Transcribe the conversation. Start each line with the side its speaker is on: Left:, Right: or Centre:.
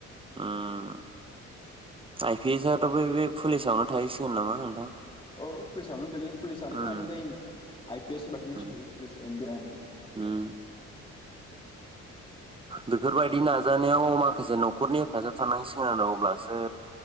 Right: ओम। आइ पि एस आथ' बै बे पुलिसावनो थाहैसिगोन नामा नोंथां
Left: औ फुलिसावनो गोलैयो पुलिसानोखा
Right: उम
Left: <unintelligible> आइ पि एस होनबाथ' मिथिखायो
Right: उम
Left: <unintelligible>
Right: उम। बेफोरबायदि नाजानायाव माखासे न'खरनि हेफाजाब थानांसिगोन आरो अब्लासो